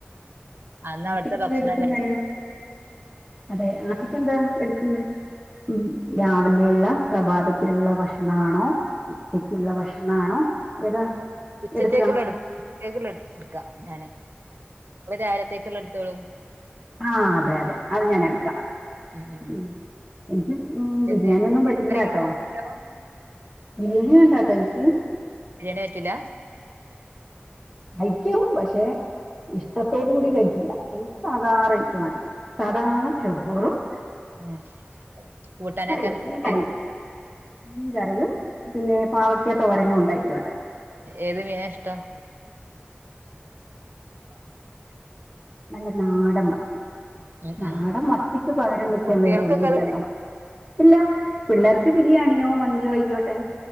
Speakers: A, on the right; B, on the left.
A: അന്ന്
B: ആദ്യം
A: അവിടത്തെ
B: എന്താ
A: ഭക്ഷണം
B: എടുക്കുന്നത്
A: കഴിച്ചിട്ടാ
B: അതെ ആപ്പക്ക് എന്താ എടുക്കണ്ടേ ഉം രാവിലെയുള്ള പ്രഭാതത്തിലുള്ള ഭക്ഷണാണോ ഉച്ചക്കുള്ള ഭക്ഷണം ആണോ ഏതാ
A: ഉച്ചത്തേക്ക്ള്ളത്
B: എടുക്കുക
A: ട് ഉച്ചത്തേക്ക്ള്ളത്‌ട്ക്കാ ഞാന്. ങ്ങള് രാവിൽതേക്ക് ള്ളതെടുത്തോളൂ
B: ആഹ അതെ അതെ അത് ഞാൻ എടുക്കാം
A: ഉം ഉം
B: പി എനിക്ക് ഉ
A: ഉച്ചത്തെ
B: ബിരിയാണി ഒന്നും പറ്റില്ലട്ടോ
A: എന്തായിരിക്കും ഇഷ്ടം
B: ബിരിയാണി വേണ്ടാട്ടോ എനിക്ക്
A: ബിര്യേണി പറ്റൂലാ?
B: അയ്ക്കും പക്ഷേ ഇഷ്ടത്തോടു കൂടി കഴിക്കില്ല. എനിക്ക് സാധാ റൈസ് മതി സാധാ ചോറും
A: ഉം കൂട്ടാനൊക്കെ
B: കറിയും
A: എന്താ
B: മീൻ
A: വാണ്ട്യേ
B: കറിയും മീൻ കറിയും പിന്നെ പാവക്ക തോരനും ഉണ്ടായ്ക്കോട്ടെ
A: ഏത് മീനാ ഇഷ്ടം ആഹ
B: നല്ല നാടൻ മത്തി
A: ഉം
B: നാടൻ
A: ഉം
B: മത്തിക്ക് പകരം വെക്കാൻ
A: കുട്ടികൾക്കൊക്കെ
B: വേറൊന്നുല്ലല്ലോ
A: അത്
B: അല്ല പിള്ളേർക്ക് ബിരിയാണിയോ മന്തിയോ ആയിക്കോട്ടെ